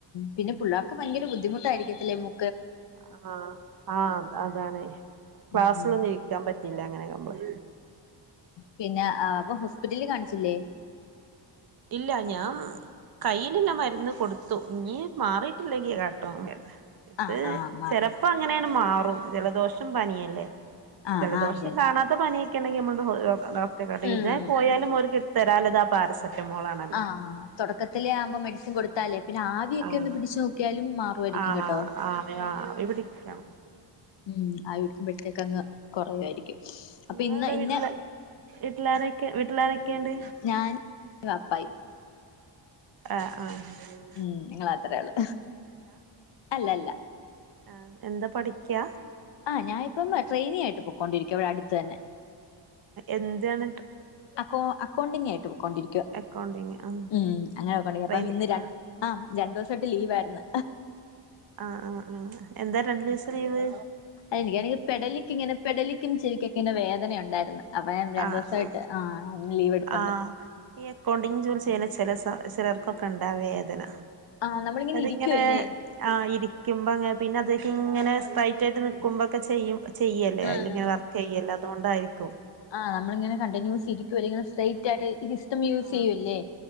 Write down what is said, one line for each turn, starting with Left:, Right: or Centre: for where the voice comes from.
Left: പിന്ന പുള്ളാർക്ക്‌ ഭയങ്കര ബുദ്ധിമുട്ടായിരിക്കത്തില്ലേ മു
Right: ആഹ് ആഹ് അതാണ് ക്ലാസ്സിലൊന്നും
Left: ഉം
Right: ഇരിക്കാൻ പറ്റില്ല അങ്ങനെ ആവുമ്പളെ
Left: പിന്നാ ആഹ് അപ്പ ഹോസ്പിറ്റലില് കാണിച്ചില്ലേ
Right: ഇല്ല ഞാ കയ്യിലില്ല മരുന്ന് കൊടുത്തു ഇനീ മാറിട്ടില്ലെങ്കിലാട്ടോ <inaudible> ഇത്
Left: ആഹ് ആഹ് മാ
Right: ചെലപ്പൊ അങ്ങനെയണ് മാറും ജലദോഷം പനിയല്ലേ.
Left: ആഹ്
Right: ജലദോഷം
Left: ആഹ് ജൽ
Right: കാണാത്ത പനിയൊക്കേണെങ്കി നമ്മള് ഡോക്ടറെ പോയോക്ക.
Left: ഉം
Right: ഇത് പോയാലും ഓല്- തരാല്ലത് ആ പാരസ റ്റ മോളാണ്
Left: ആഹ് തൊടക്കത്തിലെ ആവുമ്പോ മെഡിസിൻ കൊടുത്താലേ
Right: ആഹ്
Left: പിന്നെ ആവിയൊക്കെയൊന്നു
Right: ആഹ്
Left: പിടിച്ചു നോക്കിയാലും മാറുമായിരിക്കും
Right: ആഹ്
Left: കേട്ടോ.
Right: ആഹ് ആവിപിടിക്കാം.
Left: ഉം ആവി പിടിക്കുംമ്പോഴത്തേക്ക് അങ്ങ് കൊറയുയാരിക്കും അപ്പൊ
Right: നിങ്ങളവിടെ
Left: ഇന്ന് ഇന്ന-
Right: വീട്ടില് വീട്ടിലാരൊക്കെ വീട്ടിലാരൊക്കെയുണ്ട്
Left: ഞാനും <unintelligible>
Right: എ <unintelligible> ആഹ്
Left: ഉം നിങ്ങളത്രേയുള്ളൂ അല്ല അല്ല
Right: ആ എന്താ പഠിക്ക്യാ
Left: ആ ഞാനിപ്പം ട്രെയിനിയായിട്ട് പൊക്കൊണ്ടിരിക്കുവാ ഇവിടെ അടുത്ത്തന്നെ.
Right: എന്താണ് ട്രെയി-
Left: അക്കോ അക്കൗണ്ടിങ്ങായിട്ട് പൊക്കൊണ്ടിരിക്കുവ
Right: അക്കൗണ്ടിങ് ആ
Left: ഉം അങ്ങനെ അക്കൗണ്ടിങ്
Right: ട്രെയിനി
Left: അപ്പ ഇന്ന് ര
Right: ആ
Left: ആ രണ്ടു ദിവസായിട്ട് ലീവായിരുന്നു.
Right: ആഹ് ആഹ് ആഹ് എന്താ രണ്ടു ദിവസം ലീവ്
Left: എനിക്കാണെങ്കിൽ പെടലിക്കിങ്ങനെ പെടലിക്കും ചെവിക്കൊക്കെങ്ങനെ വേദനണ്ടായിരുന്നു. അപ്പ ഞാൻ രണ്ടു
Right: ആ
Left: ദിവസായിട്ട്
Right: ആ
Left: ആഹ് ലീവ് എടുത്തോണ്ട്
Right: ആ ഈ അക്കൗണ്ടിങ് ജോലി ചെയ്യ്ണ ചെല ചെലർക്കൊക്കെണ്ടാ വേദന
Left: ആഹ് നമ്മളിങ്ങനെ
Right: അതിങ്ങനെ-
Left: ഇരിക്കുവല്ലേ
Right: ആ ഇരിക്കുമ്പോ ഇങ്ങനെ പിന്നെ അതൊക്കെ ഇങ്ങനെ സ്ട്രൈറ്റായിട്ട് നിക്കുമ്പൊക്കെ ചെയ്യും ചെയ്യല്ലേ
Left: ആഹ്
Right: അയ്ലിങ്ങനെ വർക്കെയ്യല്ലെ അതോണ്ടായിരിക്കും.
Left: ആഹ് നമ്മളിങ്ങനെ കണ്ടിന്യൂസ് ഇരിക്കുവല്ലേ ഇങ്ങനെ സ്ട്രെറ്റായിട്ടീ
Right: ആ
Left: സിസ്റ്റം യൂസ്
Right: ആ
Left: ചെയ്യുവല്ലേ.